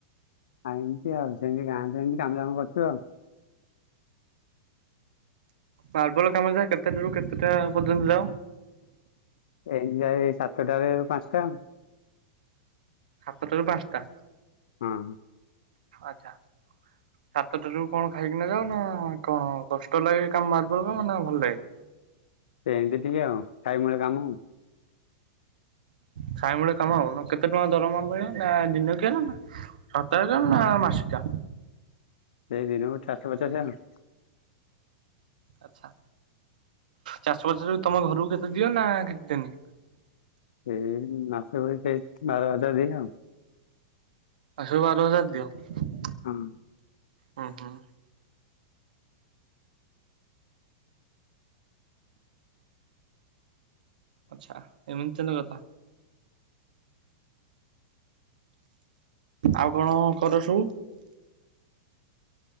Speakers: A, on the left (about 75°); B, on the right (about 75°).
A: ଆଉ ଏମିତି ଆଉ ସେମିତି ଗାଁରେ ଏମତି କାମଦାମ କରଚୁ ଆଉ।
B: ମାର୍ବଲ କାମ ଯା କେତେଟାରୁ କେତେଟା ପର୍ଯ୍ୟନ୍ତ?
A: ଏଇ ଯାଏ ସାତଟାରୁ ପାଞ୍ଚଟା।
B: ସାତଟାରୁ ପାଞ୍ଚଟା।
A: ହଁ।
B: ଆଚ୍ଛା। ସାତଟା ରୁ କଣ ଖାଇକିନା ଯାଅ ନା କଣ କଷ୍ଟ ଲାଗେ କାମ ମାର୍ବଲର ନା ମାନେ ଭଲ ଲାଗେ?
A: ସେ ଏମିତି ଟିକେ ଆଉ ଖାଇ <unintelligible>
B: ଖାଇ ମିଳେ କାମ ଆଉ କେତେ ଟଙ୍କା ଦରମା ମିଳେ? ନା ଦିନ କିଲା ନା ସାପ୍ତାହିକ ନା ମାସିକା?
A: ସେଇଦିନକୁ ଚାରିଶହ ପଚାଶ ଆଉ।
B: ଆଚ୍ଛା ଚାରିଶହ ପଚାଶ ତମେ ଘରକୁ କେତେ ଦିଅ ନା କିଛି ଦିଅନି?
A: ସେଇ ମାସ କରି <unintelligible> ବାର ହଜାର ଦିଏ ଆଉ।
B: ଆସ ବାର ହଜାର ଦିଅ।
A: ହଁ।
B: ହଁ ହଁ। ଆଚ୍ଛା ଏମିତି କଥା। ଆଉ କଣ କରୁଚୁ?